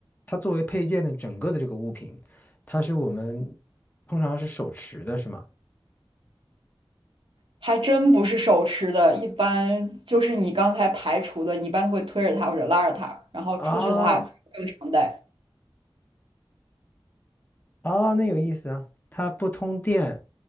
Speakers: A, on the left; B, on the right.
A: 它作为配件的整个的这个物品，它是我们通常是手持的，是吗？
B: 还真不是手持的，一般就是你刚才排除的，你一般会推着它或者拉着它，然后出去的话更常戴。
A: 啊啊，那有意思啊，它不通电，